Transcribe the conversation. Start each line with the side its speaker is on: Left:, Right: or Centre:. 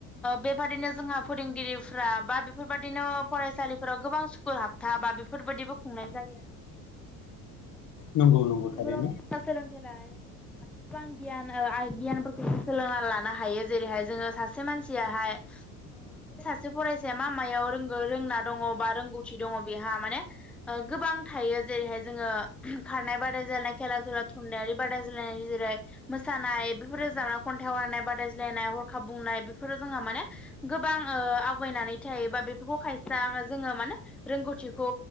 Centre: बेबादिनो जोंहा फोरोंगिरि उफ्रा बा बेफोरबायाददिनो फरायसालिफोराव गोबां स्कुल हाबथा बा बेफोरबायदिबो खुंनाय जायो
Left: नंगौ नंगौ
Centre: <inaudible>
Left: थारैनो
Centre: गोबां गियान गियानफोरखौ जों सोलोंनानै लानो हायो जेरैहाय जोङो सासे मानसियाहाय <inaudible> सासे फरायसाया मा मायाव रोंगो रोंना दङ बा रोंगौथि दङ बेहा माने गोबां थायो जेरैहाय जोङो खारनाय बादायलायनाय खेला दुला थुनलाइयारि बादाय जायनाय जेरै मोसानाय बेफोरो जाने खन्थाइ आवरायनाय बादायज्लायनाय हरखाब बुंनाय बेफोरो जोंहा माने गोबां ओ आवगायनानै थायो बा बेफोरखौ खायसा जोङो माने रोंगौथिखौ